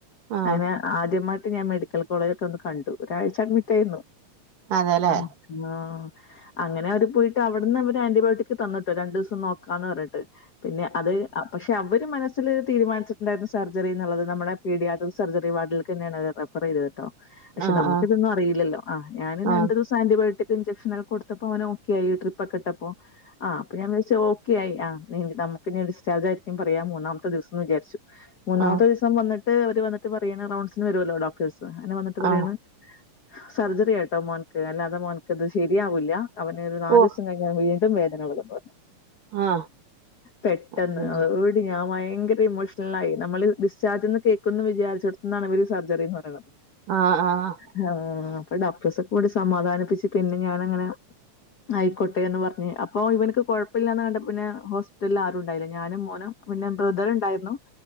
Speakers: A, on the right; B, on the left.
A: ആ
B: അങ്ങനെ ആദ്യമായിട്ട് ഞാൻ മെഡിക്കൽ കോളേജോക്കെ ഒന്ന് കണ്ടു. ഒരാഴ്ച അഡ്മിറ്റായിരുന്നു
A: അതെല്ലേ
B: ആഹ് ആഹ് അങ്ങനെ അവര് പോയിട്ട് അവിട്ന്ന് അവര് ആന്റിബയോട്ടിക് തന്ന്‌ട്ടോ രണ്ടുസം നോക്കാന്ന് പറഞ്ഞിട്ട് പിന്നെ അത് ആ പഷേ അവര് മനസ്സില് തീരുനിച്ചിട്ടുണ്ടായിരുന്നു സർജറി എന്നുള്ളത് നമ്മളേ പീഡിയാട്രിസ് സർജറി വാർഡിൽക്കന്നെയാണ്റഫ് ഫ്രെതട്ടോ ക്ഷെ
A: ആ
B: നമുക്ക്തൊന്നും
A: ആ ആ
B: അറിയില്ലല്ലോ ആഹ് ഞാനും
A: ആ
B: രണ്ടു ദിവസ് ആന്റിബയോട്ടിക് ഇൻചക്ഷനൊക്കെ കൊടുത്തപ്പോ അവനോക്കെ ആയി ട്രിപ്പൊക്കെ ഇട്ടപ്പോ ആഹ് അപ്പ ഞാൻ വിചാരിച്ചു ഓ ക്കെയായി ആഹ് നമക്ക്ഞ്ഞി ഡിസ്ചാർജായിരിക്കും പറയാ മൂന്നാമത്തെ ദിവസംന്ന് വിചാരിച്ചു മൂന്നാമത്തെ
A: ആ
B: ദിസ് സം വന്നിട്ട് അവര് വന്നട്ട് പറയാണ് റൗൺസിന് വരല്ലോ ഡോക്ടേഴസ് അങ്ങനെ വന്നിട്ട് പറയാണ്
A: ആ
B: സർജറിയട്ടോ മോൻക്ക് അല്ലാതെ മോൻക്കത് ശരിയാവുല്ല അവന്ത് നാലിസം
A: ഓ
B: കയി അവന് വീണ്ടും വേദനളകുന്ന് പറഞ്ഞു
A: ആ
B: പെട്ടെന്ന്
A: അയ്യയ്യ.
B: അ വു ഞാ വൈങ്കര ഇമോഷലായി നമ്മള് ഡിസ്ചാർജ്ന്ന് കേക്കന്നു വിചാരിച്ചെടുത്തുന്നാണ് ഇവര് സർജറിന്ന് പറയ്ന്നത്
A: ആഹ് ആഹ്
B: ഹോ പ്പ ഡോക്ടേഴ്സ് കൂടി സമാധാനിപ്പിച്ചിട്ട് പിന്നെ ഞാനങ്ങനെ ആയിക്കോട്ടെന്ന് പറഞ്ഞ് അപ്പൊ ഇവൻക്ക് കൊഴ പ്പല്ലന്ന് കണ്ടപ്പ പിന്നെ ഹോസ്പിറ്റലിൽ ആരുണ്ടായിരുന്നില്ല ഞാനും മോനും പിന്നെ ബ്രദറണ്ടായിരുന്നു